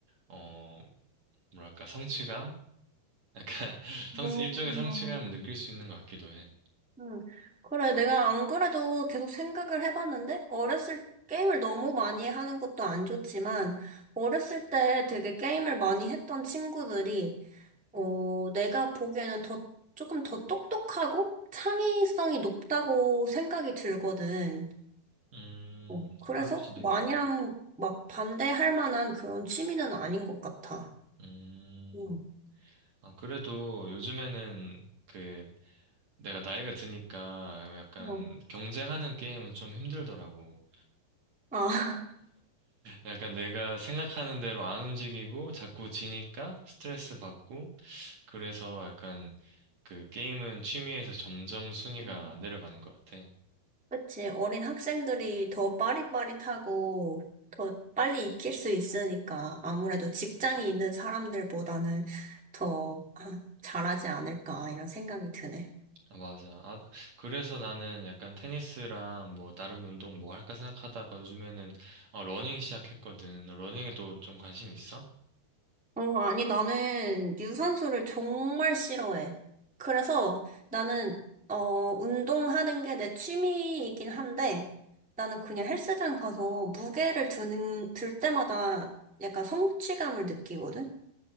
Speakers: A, on the right; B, in the centre.
A: 어, 뭐랄까, 성취감? 약간 <laughs>
B: 음,
A: 성취, 일종의 성취감을 느낄 수 있는 것 같기도 해.
B: 음. 그래, 내가 안 그래도 계속 생각을 해봤는데, 어렸을, 게임을 너무 많이 하는 것도 안 좋지만, 어렸을 때 되게 게임을 많이 했던 친구들이, 어, 내가 보기에는 더, 조금 더 똑똑하고 창의성이 높다고 생각이 들거든.
A: 음,
B: 어, 그래서
A: 그럴 수도
B: 마냥
A: 있겠다.
B: 막 반대할 만한 그런 취미는 아닌 것 같아.
A: 음,
B: 음.
A: 아, 그래도 요즘에는 그 내가 나이가 드니까 약간
B: 어.
A: 경쟁하는 게임은 좀 힘들더라고.
B: 아.
A: 약간 내가 생각하는 대로 안 움직이고 자꾸 지니까 스트레스 받고 그래서 약간 그 게임은 취미에서 점점 순위가
B: <laughs>
A: 내려가는 것 같아.
B: 그치. 어린 학생들이 더 빠릿빠릿하고 더 빨리 익힐 수 있으니까 아무래도 직장이 있는 사람들보다는 더 아, 잘하지 않을까 이런 생각이 드네.
A: 아, 맞아. 아, 그래서 나는 약간 테니스랑 뭐 다른 운동 뭐 할까 생각하다가 요즘에는 어, 러닝 시작했거든. 너 러닝에도 좀 관심 있어?
B: 어, 아니, 나는 유산소를 정말 싫어해. 그래서 나는, 어, 운동하는 게 내 취미이긴 한데 나는 그냥 헬스장 가서 무게를 드는, 들 때마다 약간 성취감을 느끼거든?